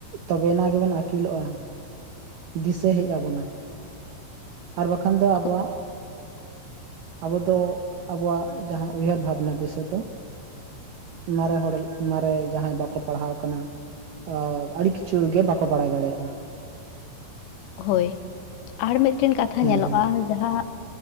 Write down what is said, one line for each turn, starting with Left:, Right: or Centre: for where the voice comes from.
Right: ᱛᱚᱵᱮᱱᱟ ᱜᱮᱵᱚᱱ ᱟᱹᱠᱤᱞᱚᱜᱼᱟ ᱫᱤᱥᱟᱹ ᱦᱮᱡ ᱟᱵᱚᱱᱟ ᱟᱨ ᱵᱟᱠᱷᱟᱱ ᱫᱚ ᱟᱵᱚᱣᱟᱜ
Left: ᱦᱳᱭ
Right: ᱟᱵᱚ ᱫᱚ ᱟᱵᱚᱣᱟᱜ ᱡᱟᱦᱟ ᱩᱭᱦᱟᱹᱨ ᱵᱷᱟᱵᱱᱟ ᱫᱤᱥᱟᱹ ᱫᱚ ᱢᱟᱨᱮ ᱦᱚᱲ ᱢᱟᱨᱮ ᱡᱟᱦᱟᱸᱭ ᱵᱟᱠᱚ ᱯᱟᱲᱦᱟᱣ ᱟᱠᱟᱱᱟ ᱚ ᱟᱹᱰᱤ ᱠᱤᱪᱷᱩ ᱜᱮ ᱵᱟᱠᱚ ᱵᱟᱲᱟᱭ ᱫᱟᱲᱮᱭᱟᱜᱼᱟ
Left: ᱦᱳᱭ ᱟᱨ ᱢᱤᱫᱴᱮᱱ ᱠᱟᱛᱷᱟ
Right: ᱦᱮᱸ
Left: ᱧᱮᱞᱚᱜᱼᱟ
Right: ᱦᱮᱸ
Left: ᱡᱟᱦᱟ